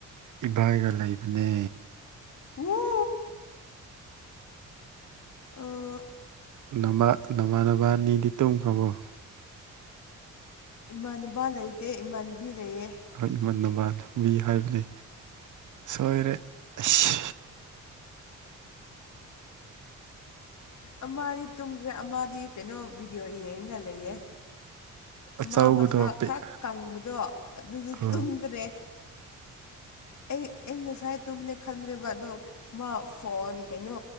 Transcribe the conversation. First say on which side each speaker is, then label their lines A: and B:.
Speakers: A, on the right (about 70°); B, on the left (about 60°).
A: ꯏꯕꯥꯏꯒ ꯂꯩꯕꯅꯦ
B: <inaudible> ꯑꯥ
A: ꯅꯃ ꯅꯃꯅꯕꯥꯅꯤꯗꯤ ꯇꯨꯝꯈꯔꯕꯣ
B: ꯏꯃꯥꯟꯅꯅꯕ ꯂꯩꯇꯦ ꯏꯃꯥꯟꯅꯕꯤ ꯂꯩꯌꯦ
A: ꯍꯣꯏ ꯏꯃꯟ ꯅꯃꯥꯟ ꯃꯤ ꯍꯥꯏꯕꯅꯤ ꯁꯣꯏꯔꯦ ꯑꯁ
B: ꯑꯃꯗꯤ ꯇꯨꯝꯈ꯭ꯔꯦ ꯑꯃꯗꯤ ꯀꯩꯅꯣ ꯚꯤꯗꯤꯑꯣ ꯌꯦꯡꯉ ꯂꯩꯌꯦ
A: ꯑꯆꯧꯕꯗꯣ
B: ꯑꯃ ꯃꯁꯥ
A: ꯄꯤꯛ
B: ꯈꯔ ꯀꯪꯕꯗꯣ ꯑꯗꯨꯗꯨ
A: ꯑꯣ
B: ꯇꯨꯝꯈ꯭ꯔꯦ ꯑꯩ ꯑꯩ ꯉꯁꯥꯏ ꯇꯨꯝꯅꯦ ꯈꯜꯂꯦꯕ ꯑꯗꯣ ꯃꯥ ꯐꯣꯟ ꯀꯩꯅꯣ